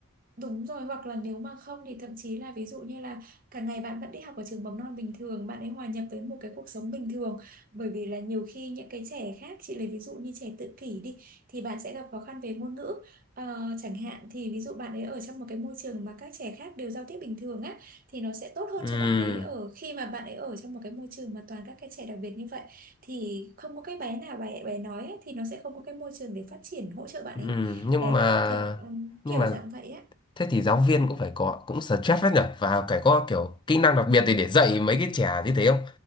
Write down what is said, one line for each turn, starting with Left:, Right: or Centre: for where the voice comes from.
Right: Đúng rồi, hoặc là nếu mà không thì thậm chí là ví dụ như là cả ngày bạn vẫn đi học ở trường mầm non bình thường, bạn ấy hòa nhập với một cái cuộc sống bình thường. Bởi vì là nhiều khi những cái trẻ khác, chị lấy ví dụ như trẻ tự kỷ đi, thì bạn sẽ gặp khó khăn về ngôn ngữ. Ờ, chẳng hạn thì ví dụ bạn ấy ở trong một cái môi trường mà các trẻ khác đều giao tiếp bình thường á, thì nó sẽ tốt hơn
Left: ừ
Right: cho bạn ấy ở khi mà bạn ấy ở trong một cái môi trường mà toàn các cái trẻ đặc biệt như vậy. Thì không có cái bé nào bé bé nói á, thì nó sẽ không có cái môi trường để phát triển hỗ trợ bạn
Left: ừ,
Right: ấy.
Left: nhưng
Right: Đấy,
Left: mà
Right: thì ừm,
Left: nhưng
Right: kiểu
Left: mà
Right: dạng vậy á.
Left: thế thì giáo viên cũng phải có cũng stress hết nhở và phải có kiểu kỹ năng đặc biệt để để dạy mấy cái trẻ như thế không